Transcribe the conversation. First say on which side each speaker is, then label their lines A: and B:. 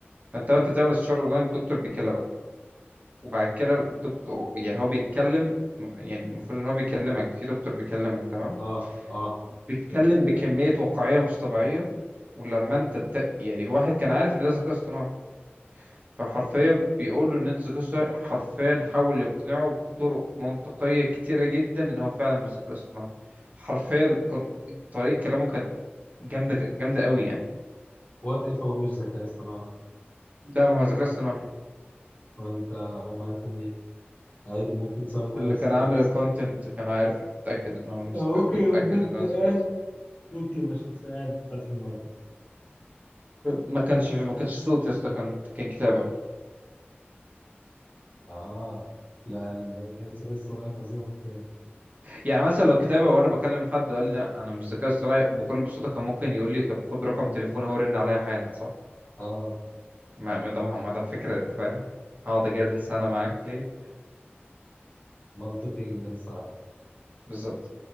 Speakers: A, on the right; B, on the left.
A: فانت وانت بتعمل استشاره اونلاين الدكتور بيكلمك وبعد كده الدكتور يعني هو بيتكلم يعني المفروض ان هو بيكلمك في دكتور بيكلمك تمام
B: اه اه
A: بيتكلم بكميه واقعيه مش طبيعيه ولما انت ت... يعني واحد كان عارف ان ده ذكاء اصطناعي فحرفيا بيقول له ان انت ذكاء اصطناعي حرفيا حاول يقنعه بطرق منطقيه كتيره جدا ان هو فعلا مش ذكاء اصطناعي حرفيا كان طريقه كلامه كانت جامده جامده قوي يعني
B: وات اف هو مش ذكاء اصطناعي
A: ده ما هو ذكاء اصطناعي
B: هو انت هو ما عارفه منين عادي ممكن سموير
A: اللي
B: سم
A: كان عامل الكونتنت كان عارف اتاكد ان هو مش
B: آه،
A: ذكاء
B: اوكي
A: اتاكد
B: يبقى شخص
A: ان هو
B: قاعد
A: ذكاء اصطناعي.
B: اوكي يبقى شخص قاعد فاتح المايك
A: ما كانش ما كانش صوت يا اسطى كان كان كتابه
B: اه لا ال- الذكاء الصناعي فظيع في الحاجات دي
A: يعني مثلا لو كتابه وانا بكلم حد وقال لي لا انا مش ذكاء اصطناعي بكل بساطه كان ممكن يقول لي طب خد رقم تليفوني هو رن عليا حالا صح
B: اه
A: ما ما ده ما ما ده فكرة انت فاهم هقعد اجادل سنة معاك ليه
B: منطقي جدا الصراحة
A: بالظبط